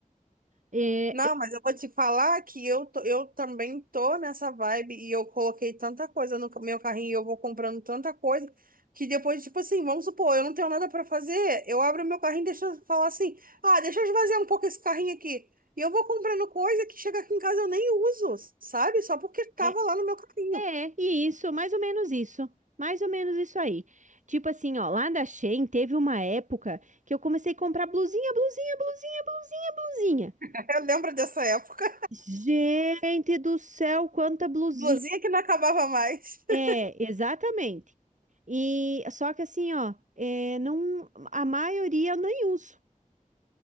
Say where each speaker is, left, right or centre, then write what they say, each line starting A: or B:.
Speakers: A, on the right; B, on the right.
A: É,
B: Não, mas eu vou te falar que eu, tô- eu também tô nessa vibe e eu coloquei tanta coisa no meu carrinho e eu vou comprando tanta coisa que depois, tipo assim, vamos supor, eu não tenho nada pra fazer, eu abro meu carrinho e deixo eu falar assim, ah, deixa eu esvaziar um pouco esse carrinho aqui. E eu vou comprando coisa que chega aqui em casa eu nem uso, sabe? Só porque tava
A: é,
B: lá no meu carrinho.
A: é, isso, mais ou menos isso. Mais ou menos isso aí. Tipo assim, ó, lá da Shein teve uma época que eu comecei a comprar blusinha, blusinha, blusinha, blusinha, blusinha.
B: <laughs> Eu lembro dessa época.
A: Gente do céu, quanta blusinha!
B: Blusinha que não acabava mais. <laughs>
A: É, exatamente. E só que assim, ó, é, não, a maioria eu nem uso.